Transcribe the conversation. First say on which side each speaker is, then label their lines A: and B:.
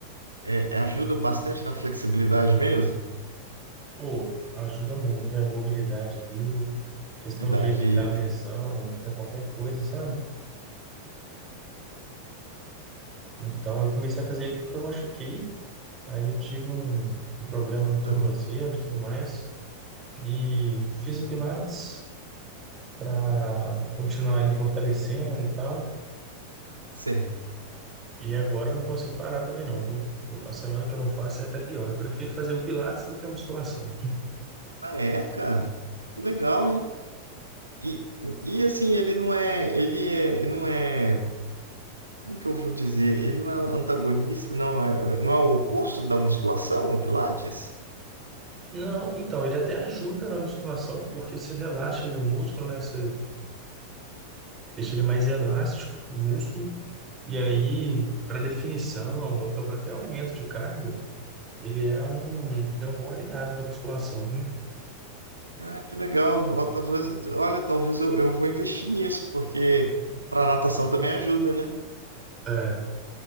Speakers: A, on the right (about 80°); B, on the right (about 20°).
A: é- ajuda bastante na flexibilidade mesmo.
B: Pô, ajuda muito, né? Mobilidade ali, questão
A: Flexibilidade,
B: de evitar
A: isso,
B: lesão, evitar qualquer coisa, sabe? Então, eu comecei a fazer ele porque eu machuquei. Aí eu tive um, um problema no tornozelo
A: tá?
B: e tudo mais. E fiz o Pilates para continuar ali fortalecendo e tal.
A: Certo.
B: E agora eu não consigo parar também não, viu? A semana que eu não faço é até pior. Eu prefiro fazer o Pilates do que a musculação.
A: Ah, é, cara. Que legal, hein? E, e assim, ele não é, ele é, ele não é, como que eu vou dizer? Ele não é antagonista, não é, não é o oposto da musculação, o Pilates?
B: Não, então, ele até ajuda na musculação, porque se relaxa ele, o músculo, né? Você deixa ele mais elástico, o músculo. E aí, para definição, ou então para até aumento de carga, ele é um, ele é um bom aliado da musculação, viu?
A: Ah, que legal. Ó, talvez, olha, talvez eu, eu vou investir nisso, porque para natação também ajuda, né?
B: É,